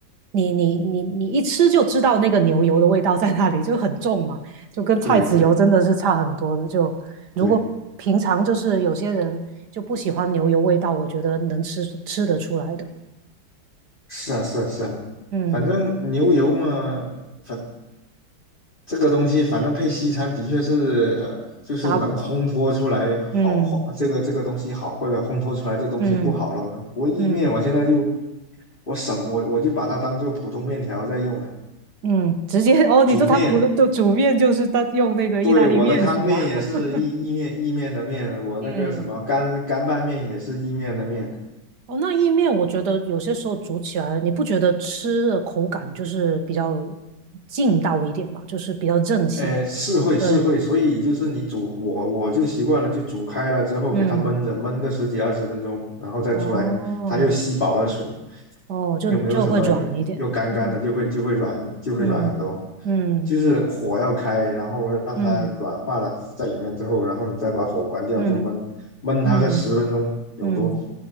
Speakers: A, on the right (about 60°); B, on the left (about 25°).
A: 你你你你一吃就知道那个牛油的味道在那里，就很重嘛，就跟菜籽油真的是差很多的。
B: 对对
A: 就如果平常就是有些人就不喜欢牛油味道，
B: 对。
A: 我觉得能吃吃得出来的。
B: 是啊，是啊，是啊，
A: 嗯
B: 反正牛油嘛，反这个东西，反正配西餐的确是，呃就是能烘托出来好，
A: 打嗯
B: 好这个这个东西好，或者烘托出来这东西不好了。
A: 嗯
B: 我意面，
A: 嗯
B: 我现在就我什么我我就把它当做普通面条在用了。
A: 嗯，直接哦，你说他们不都煮面就是他用那个意大利面是吧？
B: 煮面，对，我的汤面也是意意面意面的面，
A: <laughs>
B: 我那个什么干干拌面也是意面的面。
A: 嗯，哦，那意面我觉得有些时候煮起来，你不觉得吃的口感就是比较劲道一点嘛，就是比较韧性。
B: 呃，是会是会，
A: 对，
B: 所以就是你煮，我我就习惯了，就煮开了之后给它焖着，
A: 嗯，
B: 焖个十几二十分钟，然后再出来，
A: 哦，
B: 它又吸饱了水，
A: 哦，就就会软一点。
B: 又没有什么，又又干干的，
A: 嗯
B: 就会就会软，就会软很多。
A: 嗯嗯
B: 就是火要开，然后让它软化了在里面之后，
A: 嗯
B: 然后你再把火关掉，
A: 嗯
B: 就焖焖它个十分钟有多。
A: 嗯嗯，